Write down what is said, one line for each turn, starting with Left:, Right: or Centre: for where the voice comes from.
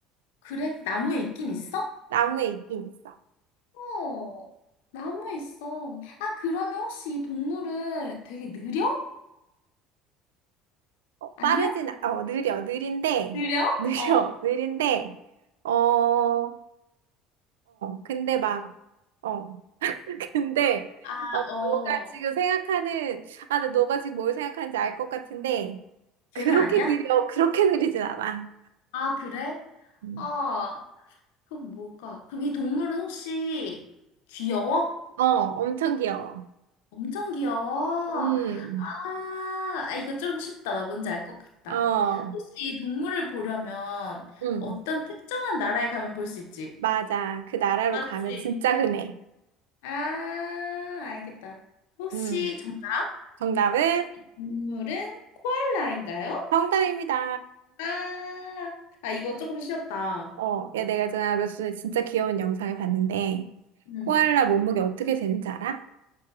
Left: 그래? 나무에 있긴 있어?
Right: 나무에 있긴 있어.
Left: 어, 나무에 있어. 아, 그러면 혹시 이 동물은 되게 느려?
Right: 어,
Left: 아니야?
Right: 빠르진, 않- 어, 느려, 느린데,
Left: 느려?
Right: <laughs> 느려,
Left: 어.
Right: 느린데, 어, 어, 근데 막, 어. 근데
Left: 아,
Right: 어, 너가
Left: 어,
Right: 지금 생각하는 아, 근데 너가 지금 뭘 생각하는지 알 것 같은데
Left: 걔는
Right: 그렇게
Left: 아니야?
Right: 느려 그렇게 느리진 않아.
Left: 아, 그래?
Right: 음.
Left: 아, 그럼 뭘까? 그럼 이 동물은 혹시 귀여워?
Right: 어, 엄청 귀여워.
Left: 엄청 귀여워.
Right: 음,
Left: 아, 아, 이거 좀 쉽다. 나 뭔지 알 것 같다.
Right: 어,
Left: 혹시 이 동물을 보려면
Right: 음,
Left: 어떤 특정한 나라에 가면 볼 수 있지?
Right: 맞아. 그 나라로
Left: 맞지?
Right: 가면 진짜 흔해.
Left: 아, 알겠다. 혹시
Right: 음,
Left: 정답
Right: 정답은
Left: 동물은 코알라인가요?
Right: 정답입니다.
Left: 아, 아, 이거 조금 쉬웠다.
Right: 어, 야, 내가 전에 며칠 전에 진짜 귀여운 영상을 봤는데
Left: 음.
Right: 코알라 몸무게 어떻게 되는지 알아?